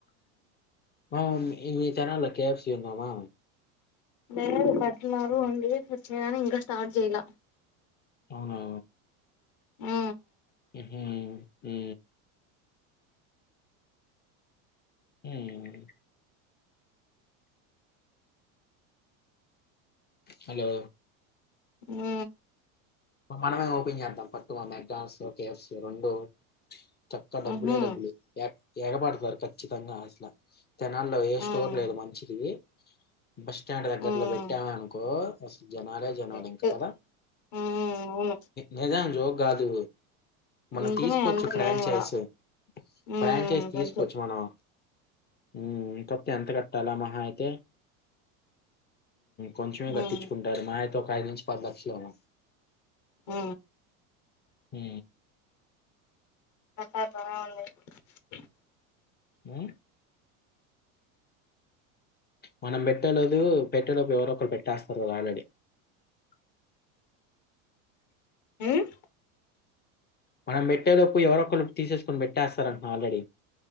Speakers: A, on the left (about 25°); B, on the left (about 45°).
A: ఆ ఇ మీ తెనాలి లో కేెఎఫ్సి ఉందామా
B: లేదు కట్టినారు అండ ప్రచ్చమని ఇంకా స్టార్ట్ చేయలా
A: అవునా
B: ఆ ఆ
A: ఉహు హు ఉమ్ హలో
B: హు
A: మనమే ఓపెన్ చేద్దాం పట్టు మగ్దనాల్స్ కేఎఫ్ రెండు చక్కగా డబ్బులే
B: ఉహూ
A: డబ్బులు ఏగపడతారు ఖచ్చితంగా అసల తెనాల్లో ఏ
B: ఉమ్
A: స్టోర్ లేదు మంచిది. బస్ స్టాండ్ దగ్గరలో
B: ఉమ్
A: పెట్టాం అనుకో అసల్ జనాలే జనాలు
B: కరెక్ట్
A: ఇంక కదా
B: ఉమ్ అవును
A: నిజాం జోక్ కాదు మనం
B: నిజమే
A: తీసుకోవచ్చు
B: అంట
A: ఫ్రాంచైజ్
B: నేను కూడా ఉమ్
A: ఫ్రాంచైజ్
B: తెలుసు
A: తీసుకోవచ్చు మనం ఉమ్ కడితే ఎంత కట్టాల మహా అయితే కొంచెమే కట్టించుకుంటారు
B: ఉమ్
A: మహా అయితే ఒక ఐదు నుంచి పది లక్షలు ఏమో
B: ఉ
A: ఉ
B: మెక్ డోర్నల్ ఉంది
A: ఉం మనం పెట్టలేదు పెట్టేలోపు ఎవరో ఒకరు పెట్టేస్తారు కదా ఆల్రెడీ <unintelligible>
B: మ్మ్
A: మనం పెట్టేలోపు ఎవరో ఒకరు తీసేసుకొని పెట్టేస్తారంట ఆల్రెడీ